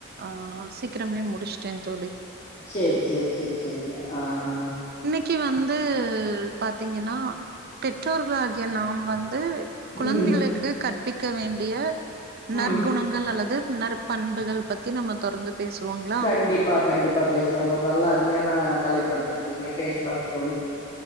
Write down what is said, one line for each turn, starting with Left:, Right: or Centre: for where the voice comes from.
Right: ஆ சீக்கரமே முடிச் ட்டேன் தோழி
Left: சேரி சேரி சேரி சேரிங்க ஆ ஆ
Right: க்கு வந்து பாத்தீங்கன்னா பெற்றோர்களாகிய நாம் வந்து கொழந்தைகளுக்கு
Left: ம்
Right: கற்பிக்க வேண்டிய நற்குணங்
Left: ம்
Right: கள் நல்லது நற்பண்புகள் பத்தி நம்ம தொடர்ந்து பேசுவோங்களா
Left: கண்டிப்பா கண்டிப் ப்பா பேசலாம்ங்க ஒரு நல்லா அருமையான தலைப்ப எடுத்திருக்கீங்க பேசலாம் தோழி